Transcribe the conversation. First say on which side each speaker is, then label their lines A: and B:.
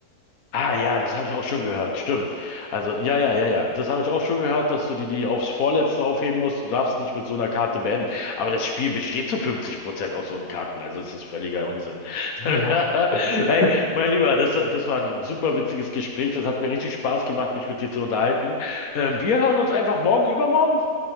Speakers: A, on the left (about 60°); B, on the left (about 85°).
A: Ah ja, das habe ich auch schon gehört, stimmt. Also ja, ja, ja, ja, das habe ich auch schon gehört, dass du die, die aufs Vorletzte aufheben musst. Du darfst nicht mit so einer Karte beenden. Aber das Spiel besteht zu 50 Prozent aus so einen Karten, also ist das völliger Unsinn.
B: <laughs>
A: <laughs>
B: Ja. <laughs>
A: Hey, mein Lieber, das, das war ein super witziges Gespräch. Das hat mir richtig Spaß gemacht, mich mit dir zu unterhalten. Ähm, wir hören uns einfach morgen, übermorgen.